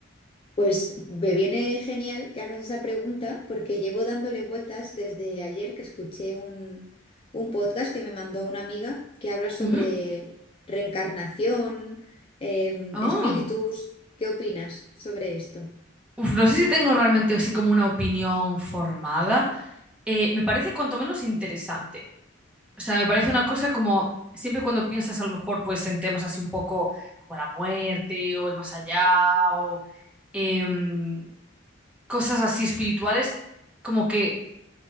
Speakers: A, on the left; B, in the centre.
A: Pues me viene genial que hagas esa pregunta porque llevo dándole vueltas desde ayer que escuché un, un podcast que me mandó una amiga que habla sobre
B: Ujú.
A: reencarnación, em,
B: Ah.
A: espíritus. ¿Qué opinas sobre esto?
B: Uf, no sé si tengo realmente así como una opinión formada. Eh, me parece cuanto menos interesante. O sea, me parece una cosa como siempre cuando piensas a lo mejor pues en temas así un poco como la muerte o el más allá o em, cosas así espirituales, como que